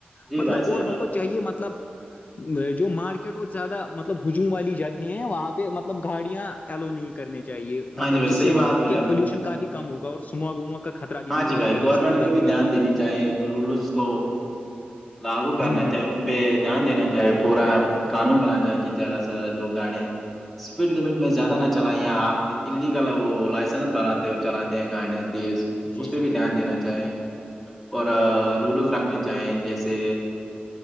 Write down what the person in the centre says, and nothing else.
جی
بھائی صحیح
بات
بولے
ہاں
جی بھائی
صحیح
بات بولے
آپ
نے
ہاں
جی
بھائی
گورنمنٹ
کو
بھی دھیان
دینی
چاہے رولس کو لاگو کرنا
چاہے اور ان پہ دھیان دینا چاہے پورا قانون بناانا چاہ کہ زیادہ سے زیادہ لوگ گاڑیاں اسپیڈ لمٹ میں زیادہ نہ چلائے آپ انلیگل ہے وہ لائسنس بنھاتے اور چلاتے ہیں گاڑیاں تیز
اس پہ
بھی
دھیان دینا چاہیں اور رولز رکھنے چاہیں جیسے